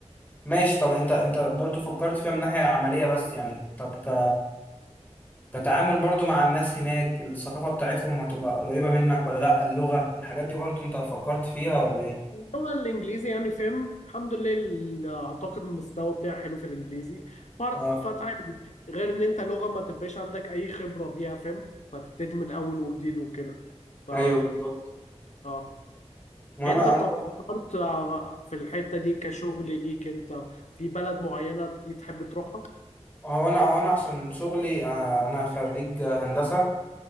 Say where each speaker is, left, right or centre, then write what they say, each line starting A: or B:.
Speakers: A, on the left; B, on the left.
A: ماشي طب انت انت برضو فكرت فيها من ناحية عملية بس يعني طب ك... كتعامل برضو مع الناس هناك الثقافة بتاعتهم هتبقى قريبة منك ولا لأ اللغة الحاجات دي برضو انت فكرت فيها ولا ايه؟
B: اللغة الإنجليزي يعني فاهم الحمد لله ال- أعتقد المستوى بتاعي حلو في الإنجليزي فرد
A: اه
B: فتعب غير إن أنت لغة ما تبقاش عندك أي خبرة بيها فاهم فتبتدي من الأول وجديد وكده ف
A: ايوه بالظبط
B: اه
A: ما
B: أنت
A: انا
B: طب
A: انا
B: فكرت آه، في الحتة دي كشغل ليك أنت في بلد معينة دي تحب تروحها؟
A: هو انا هو انا عشان شغلي آه، انا خريج هندسة